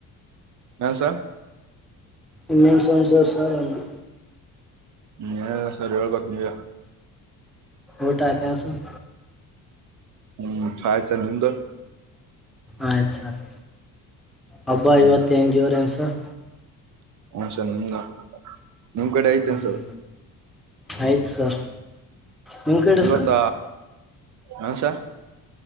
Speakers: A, on the right (about 55°); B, in the centre.
A: ನ ಸ
B: ಇನ್ನೇನ್ ಸಮಸ್ಯ ಸರ್ ಅಂದಿ.
A: ಇನ್ನೇನಿಲ್ಲ ಸರ್ ಹೇಳ್ಬೇಕ್ ನೀವೇ.
B: ಊಟ ಆತೆನ್ ಸರ್.
A: ಹ್ಮ್ ಸಾಯ್ತ ನಿಮ್ದು.
B: ಆಯ್ತು ಸರ್ ಹಬ್ಬ
A: ಹ್ಮ್
B: ಐವತ್ ಹೆಂಗ್ ಇವ್ರೆನ್ ಸರ್.
A: ಹನ್ಸರ್ ನಿಮ್ದ ನಿಮ್ ಕಡೆ ಐ್ತ
B: ಹ್ಞೂ
A: ಅನ್ಸದು.
B: ಆಯ್ತು ಸರ್ ನಿಮ್ಮ ಕಡೆ
A: ಇವತ್ತ
B: ಸರ್
A: ಹು ಸ.